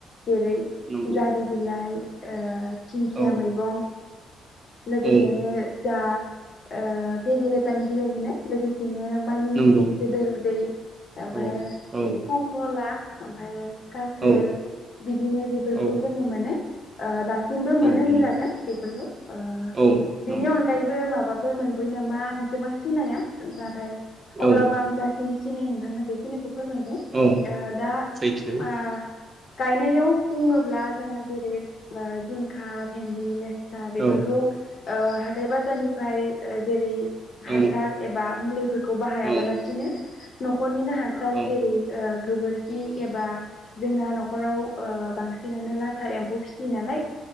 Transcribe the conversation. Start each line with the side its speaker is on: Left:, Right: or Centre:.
Left: जेरै
Right: नंगौ
Left: जारि बिलाइ ओ दिंखिया
Right: औ
Left: मैगं लोगोसेनो
Right: औ
Left: दा ओ भेेदेलेथानि बिलाइखौनो लोगोसेनो मानि मुनि
Right: नंगौ
Left: गेदेर उनदै ओमफाय
Right: औ औ
Left: खंखला ओमफाय काक्रेल
Right: औ
Left: बिदिनो बेफोरखौ
Right: औ
Left: जोङो मोनो <inaudible> सिमबो मोनो
Right: औ
Left: होनजागोन
Right: नंगौ
Left: बेफोरखौ ओ
Right: औ
Left: बेनि
Right: नंगौ
Left: अनगायैबो माबाफोर मोनबोयो नामा आं एसेबां सिनाया नाथाय
Right: औ
Left: अब्लाबो आं जाखिनि सिनायोमोन नोंथांनो बेखौनो फोरमायबाय
Right: औ
Left: अ दा
Right: सैथो
Left: आ गायनायाव बुङोब्ला जोंना जेरै ओ जिंखा भिनदि लेस्रा बेफोरखौ
Right: औ
Left: ओ हाथाइ बाजारनिफ्राय ओ जेरै
Right: औ
Left: हासार
Right: औ
Left: एबा मुलिफोरखौ बाहायाबालासिनो
Right: औ
Left: नख'रनिनो हासार
Right: औ
Left: जेरै ओ गोबोरखि एबा जोंना न'खराव ओ बांसिनानो लाथा एम्फौ फिसियो नालाय